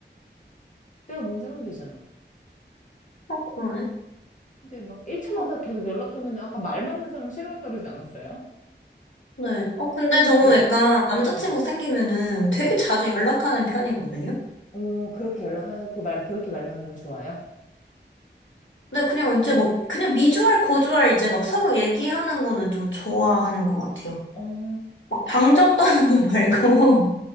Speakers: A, on the left (about 40°); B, on the left (about 85°).
A: 내가 먼저 하면 되잖아.
B: 어, 그러네.
A: 근데 막 1차마다
B: 어,
A: 계속 연락하면 아까 말 맞는 사람 싫어한다 그러지 않았어요?
B: 네. 어, 근데 저는
A: 네,
B: 약간 남자친구
A: 네,
B: 생기면은 되게
A: 네네.
B: 자주 연락하는 편이거든요.
A: 어, 그렇게 연락하고 말, 그렇게 말 맞는 건 좋아요?
B: 근데 그냥 이제
A: 네.
B: 막, 그냥 미주알, 고주알 이제 막 서로 얘기하는 거는 좀 좋아하는 것 같아요.
A: 어,
B: 막 방정 떠는 거 말고.